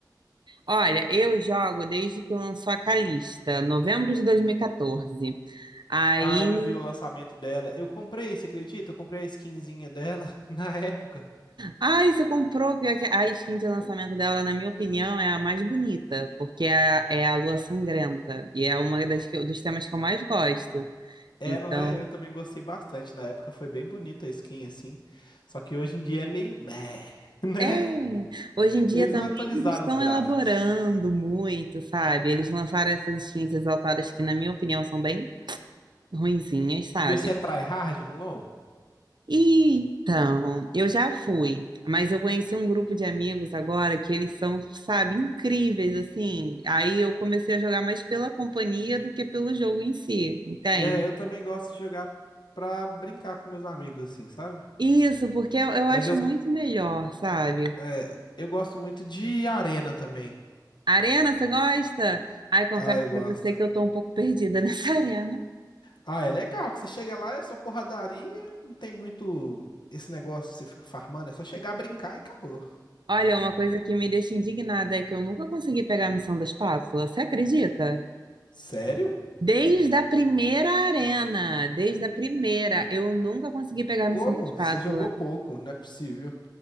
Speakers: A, on the right (about 80°); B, on the left (about 80°).
A: Olha, eu jogo desde que lançou a Calista, novembro de 2014. Aí,
B: Ah, eu vi o lançamento dela. Eu comprei, você acredita? Eu comprei a skinzinha dela <laughs> na época.
A: ai, você comprou, pior que a skin de lançamento dela, na minha opinião, é a mais bonita, porque é a, é a Lua Sangrenta, e é uma das que eu- dos temas que eu mais gosto.
B: É,
A: Então,
B: não é? Eu também gostei bastante. Na época foi bem bonita a skin, assim. Só que hoje em dia é meio meh, <laughs> né?
A: É, hoje em dia
B: Eles
A: também
B: não atualizaram
A: eles estão
B: os gráficos.
A: elaborando muito, sabe? Eles lançaram essas skins exaltadas que, na minha opinião, são bem ruinzinhas, sabe?
B: E você é tryhard no LoL?
A: então, eu já fui, mas eu conheci um grupo de amigos agora que eles são, sabe, incríveis, assim. Aí eu comecei a jogar mais pela companhia do que pelo jogo em si, entende?
B: É, eu também gosto de jogar pra brincar com meus amigos, assim, sabe?
A: Isso, porque eu eu
B: Mas
A: acho
B: eu,
A: muito melhor, sabe?
B: é, eu gosto muito de arena também.
A: Arena, você gosta? Ai, confesso
B: Ah, eu gosto.
A: pra você que eu tô um pouco perdida nessa <laughs> arena.
B: Ah, é legal que você chega lá, é só porradaria, não tem muito esse negócio, você fica farmando, é só chegar a brincar e acabou.
A: Olha, uma coisa que me deixa indignada é que eu nunca consegui pegar a missão da espátula. Você acredita?
B: Sério?
A: Desde a primeira arena, desde a primeira, eu nunca consegui pegar a missão
B: Como?
A: da espátula.
B: Você jogou pouco, não é possível.